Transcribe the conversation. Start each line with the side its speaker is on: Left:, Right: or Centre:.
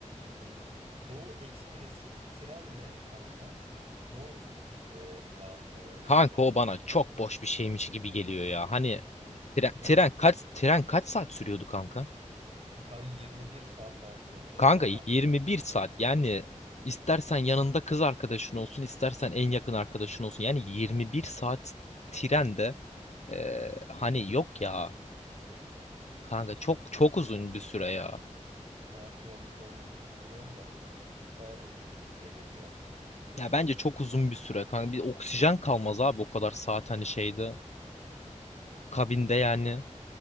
Right: Hmm, Doğu Ekspres'in trenle kanka Doğu turu işte Van'dır
Left: Kanka
Right: Er
Left: o bana çok boş bir şeymiş gibi geliyor ya. Hani Tren,
Right: neden?
Left: tren kaç tren kaç saat sürüyordu kanka?
Right: Bir kanka 21 saat falan sürüyormuş herhalde
Left: Kanka
Right: ama
Left: 21 saat. Yani istersen yanında kız arkadaşın olsun, istersen en yakın arkadaşın olsun. Yani 21 saat trende eee, hani yok ya. Kanka çok
Right: yani
Left: çok uzun bir süre ya.
Right: saati yanlış olmasın bilmiyorum da bana da uzun bir süre geliyor.
Left: Ya bence çok uzun bir süre kanka. Bir oksijen kalmaz abi o kadar saat hani şeyde kabinde yani.